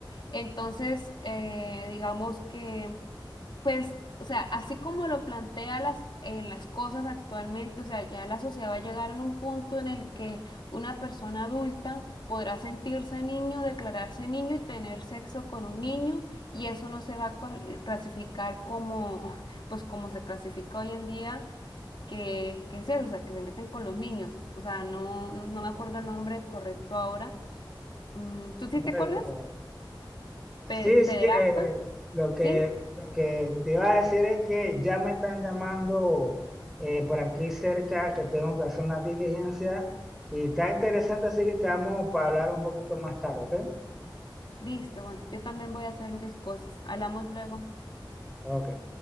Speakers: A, on the left (about 60°); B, in the centre.
A: Entonces, eh, digamos que... Pues, o sea, así como lo plantea las, en las cosas actualmente, o sea, ya la sociedad va a llegar en un punto en el que una persona adulta podrá sentirse niño, declararse niño y tener sexo con un niño, y eso no se va a cual- clasificar como, <laughs> pues como se clasifica hoy en día, que, que es eso, o sea, que se meten con los niños. O sea, no, no me acuerdo el nombre correcto ahora. Mm, ¿Tú sí
B: Correcto.
A: te acuerdas?
B: Sí,
A: Pe-
B: sí,
A: pederasta,
B: eh, lo que,
A: ¿sí?
B: lo que te iba a decir es que ya me están llamando eh, por aquí cerca que tengo que hacer una diligencia y está interesante, así que quedamos para hablar un poquito más tarde, ¿ok?
A: Listo, bueno, yo también voy a hacer mis cosas. Hablamos luego.
B: Ok.